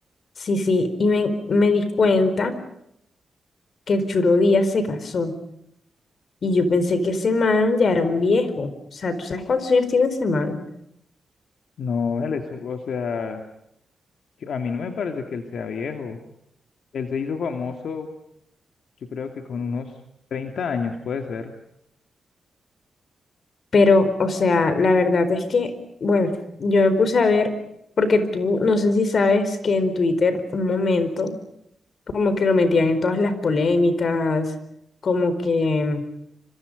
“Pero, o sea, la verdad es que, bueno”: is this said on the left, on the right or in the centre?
Left